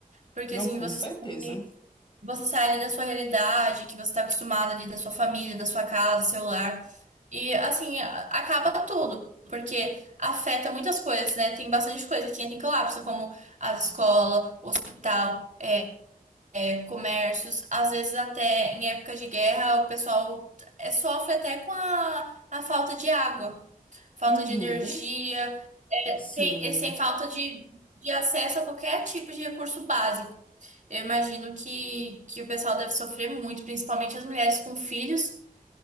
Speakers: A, on the right; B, on the left.
A: Porque,
B: Não,
A: assim,
B: com
A: você
B: certeza.
A: sabe. Você sai ali da sua realidade, que você tá acostumado ali da sua família, da sua casa, do seu lar. E assim, a- acaba tudo, porque afeta muitas coisas, né? Tem bastante coisa que entra em colapso, como as escola hospital, eh, comércios, às vezes até em época de guerra, o pessoal eh, sofre até com a, a falta de água, falta
B: Uhum.
A: de energia.
B: Sim.
A: Tem, eles têm falta de, de acesso a qualquer tipo de recurso básico. Eu imagino que, que o pessoal deve sofrer muito, principalmente as mulheres com filhos